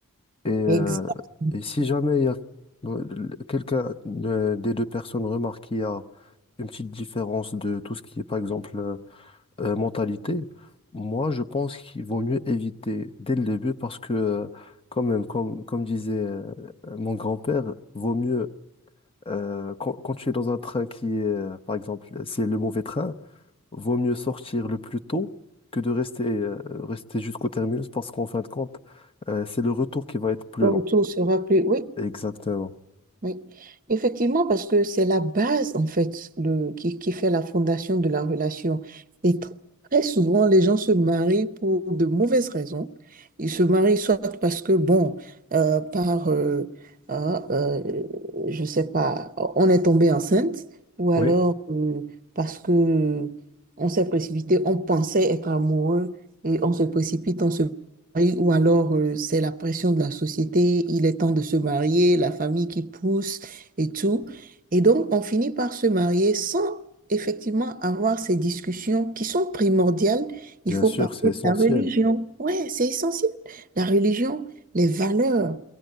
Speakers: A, on the left (about 25°); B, on the right (about 40°).
A: Et, euh,
B: Exactement.
A: et si jamais il y a euh, quelqu'un euh, des deux personnes remarque qu'il y a une petite différence de tout ce qui est, par exemple, euh, euh, mentalité, moi, je pense qu'il vaut mieux éviter dès le début parce que, euh, quand même, comme, comme disait euh, mon grand-père, vaut mieux, euh, quand, quand tu es dans un train qui est, euh, par exemple, c'est le mauvais train, vaut mieux sortir le plus tôt que de rester, euh, rester jusqu'au terminus parce qu'en fin de compte, euh, c'est le retour qui va être plus
B: Le
A: long.
B: retour sera plus. Oui,
A: Exactement.
B: oui. Effectivement, parce que c'est la base, en fait, de, qui, qui fait la fondation de la relation. Et tr- très souvent, les gens se marient pour de mauvaises raisons. Ils se marient soit parce que, bon, euh, par, euh, ah, euh, je sais pas, on est tombé enceinte, ou alors
A: Oui,
B: euh, parce que on s'est précipité, on pensait être amoureux et on se précipite, on se mari ou alors euh, c'est la pression de la société, il est temps de se marier, la famille qui pousse et tout. Et donc, on finit par se marier sans effectivement avoir ces discussions qui sont primordiales. Il
A: bien
B: faut
A: sûr,
B: parler
A: c'est essentiel.
B: de la religion. Ouais, c'est essentiel. La religion, les valeurs